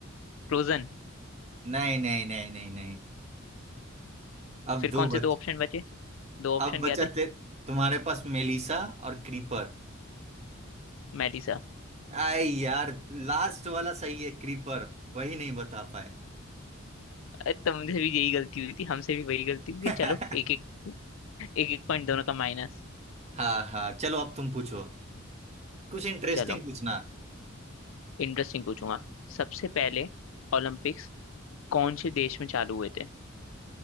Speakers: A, on the left; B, on the right.
A: फ्रोजन
B: नहीं नहीं नहीं नहीं नहीं अब
A: फिर
B: दो
A: कौन से
B: बच
A: दो ऑप्शन बचे दो ऑप्शन
B: अब बचा
A: क्या थे
B: तेरे तुम्हारे पास मेलिसा और क्रीपर
A: मेलिसा
B: आई यार लास्ट वाला सही है क्रीपर वही नहीं बता पाए
A: अरे तुमसे भी यही गलती हुई थी हमसे भी वही गलती हुई
B: <laughs>
A: है चलो एक एक एक एक पॉइंट दोनों का माइनस
B: हाँ हाँ चलो अब तुम पूछो कुछ इंटरेस्टिंग
A: चलो
B: पूछना
A: इंटरेस्टिंग पूछूंगा सबसे पहले ओलंपिक्स कौन से देश में चालू हुए थे